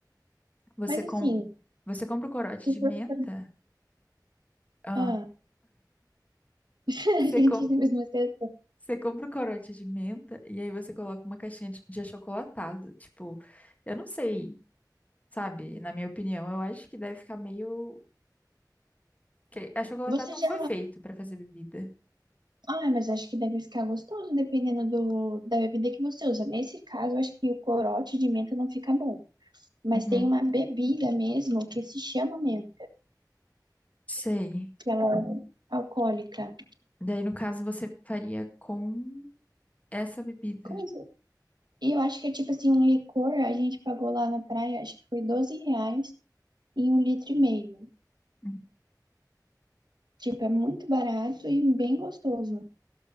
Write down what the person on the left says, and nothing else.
Você,
com... você compra o corote
de
menta?
Ah,
você,
com...
você compra o corote de menta e aí você coloca uma caixinha de de achocolatado. Tipo, eu não sei, sabe? Na minha opinião, eu acho que deve ficar meio. Que achocolatado
não
foi feito pra fazer bebida.
Uhum.
Sei.
Daí, no caso, você faria com essa bebida.
Hum.